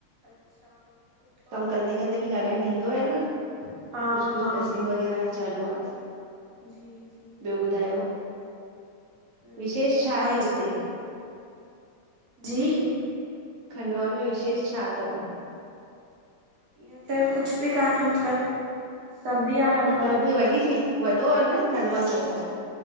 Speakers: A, on the right; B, on the right.
A: अच्छा सुठो
B: कमु
A: आह
B: कंदे
A: ठीकु।
B: कंदे बि ॻाल्हाइण थींदो आहे न
A: हा
B: कुझु- कुझु
A: हा
B: डस्टिंग वग़ैरह चालू आहे।
A: जी -जी
B: ॿियो ॿुधायो
A: ॿियो
B: विशेष
A: बढ़िया
B: छा
A: तव्हां
B: आहे हुते?
A: जी
B: खंडवा में विशेष छा अथव?
A: इंय त कुझु बि कान्हे मतिलब, सभु बि आहे अलगु <unintelligible>
B: वॾी वॾी बि वॾो आहे न खंडुवा आहे चङो आहे।